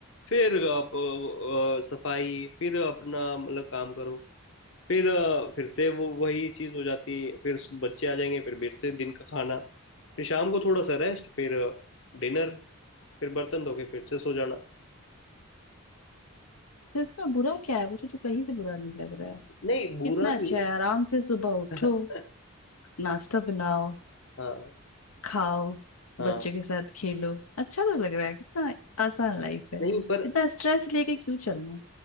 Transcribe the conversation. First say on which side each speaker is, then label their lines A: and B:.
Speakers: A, on the left (about 60°); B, on the left (about 85°).
A: फिर आप अ, अ, सफाई फिर अपना मतलब काम करो फिर अ, फिर से वो वही चीज़ हो जाती है फिर स- बच्चे आ जाएंगे फिर फिर से दिन का खाना फिर शाम को थोड़ा सा रेस्ट फिर डिनर फिर बर्तन धो के फिर से सो जाना
B: तो इसमें बुरा क्या है मुझे तो कहीं से बुरा नहीं लग रहा है
A: नहीं बुरा
B: कितना अच्छा
A: नहीं है
B: है आराम से सुबह उठो
A: <laughs>
B: नाश्ता बनाओ
A: हाँ
B: खाओ
A: हाँ
B: बच्चों के साथ खेलो अच्छा तो लग रहा है कितना आसान लाइफ है
A: नहीं पर
B: इतना स्ट्रेस लेके क्यों चलना है